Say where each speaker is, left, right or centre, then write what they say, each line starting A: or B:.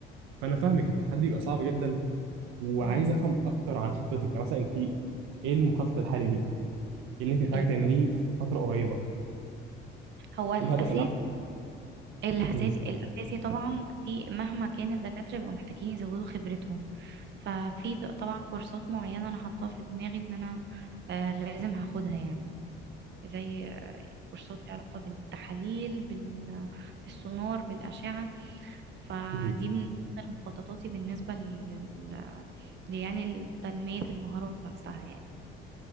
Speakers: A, on the right; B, on the right.
A: فانا فاهمك التحدي بيبقى صعب جدا وعايز
B: مم.
A: افهم اكتر عن خطتك يعني مثلا انت ايه المخطط الحالي ليك؟ ايه اللي انت محتاجه
B: ال-
A: تعمليه في فتره قريبه
B: هو الأساس
A: ايه الهدف الاول
B: الأساسي
A: مم.
B: الأساسي طبعا في مهما كان الدكاترة بيبقوا محتاجين يزودوا خبرتهم ففي د- طبعا كورسات معينة أنا حاطاها في دماغي إن أنا آه، لازم هاخدها يعني زي كورسات ليها علاقة بالتحاليل بال... بالسونار بالأشعة فدي
A: مم.
B: من ضمن مخططاتي بالنسبة لل... لل- يعني تنمية المهارات نفسها يعني